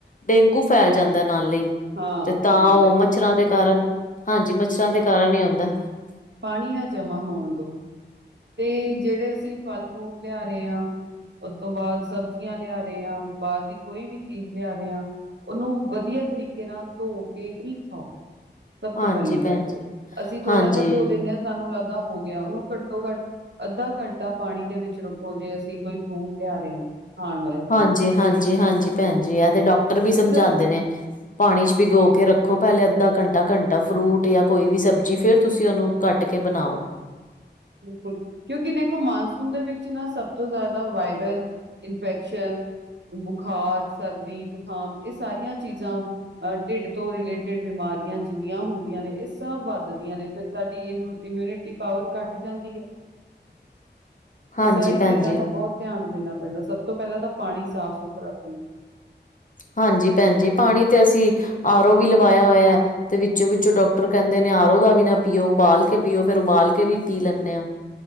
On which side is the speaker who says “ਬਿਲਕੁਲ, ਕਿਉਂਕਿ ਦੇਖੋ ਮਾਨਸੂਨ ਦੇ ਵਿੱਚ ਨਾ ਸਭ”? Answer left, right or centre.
Right